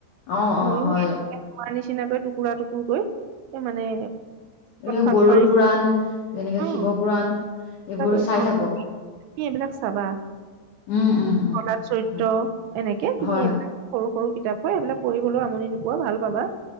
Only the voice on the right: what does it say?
মইও
এনে তোমাৰ নিচিনাকৈ টুকুৰা টুকুৰ কৈ এ মানে
ভাগ
মাৰি
অ
সঁচাকৈ
অ
তুমি এইবিলাক চাবা
কলাত চৰিত্ৰ
এনেকে তুমি
এইবিলাক সৰু সৰু কিতাপ হয় সেইবিলাক পঢ়িবলৈ আমনি নোপোৱা ভাল পাবা